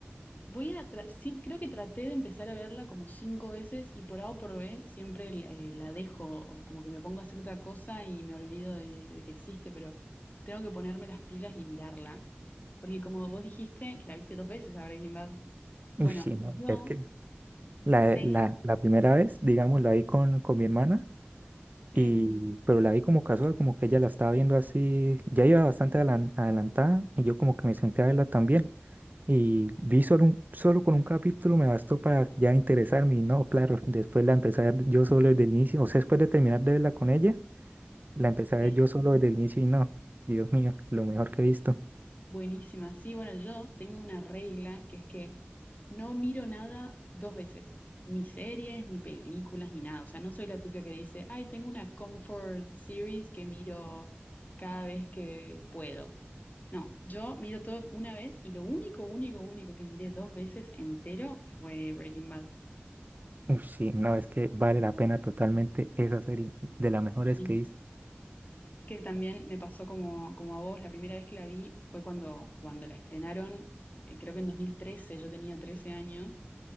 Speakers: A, on the left (about 40°); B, on the right (about 45°).
A: Voy a tra- sí, creo que traté de empezar a verla como cinco veces y por A o por B siempre la eh, la dejo, o como que me pongo a hacer otra cosa y me olvido de, de que existe, pero tengo que ponerme las pilas y mirarla. Porque como vos dijiste, que la viste dos veces a Breaking Bad,
B: Uff,
A: bueno,
B: sí, no,
A: yo
B: es que la,
A: tengo,
B: la, la primera vez, digamos, la vi con, con mi hermana,
A: sí,
B: y, pero la vi como casual, como que ella la estaba viendo así, ya iba bastante adelan- adelantada, y yo como que me senté a verla también. Y vi solo, un, solo con un capítulo me bastó para ya interesarme, y no, claro, después la empecé a ver yo solo desde el inicio, o sea, después de terminar de verla con ella, la empecé a
A: sí.
B: ver yo solo desde el inicio, y no, Dios mío, lo mejor que he visto.
A: Buenísima. Sí, bueno, yo tengo una regla que es que no miro nada dos veces, ni series, ni películas, ni nada. O sea, no soy la típica que dice, ay, tengo una comfort series que miro cada vez que puedo. No, yo miro todo una vez y lo único, único, único que miré dos veces entero fue Breaking Bad.
B: Uf, sí, no, es que vale la pena totalmente esa serie, de las mejores
A: Sí,
B: que he visto,
A: que también me pasó como, como a vos, la primera vez que la vi fue cuando, cuando la estrenaron, eh, creo que en 2013 yo tenía 13 años.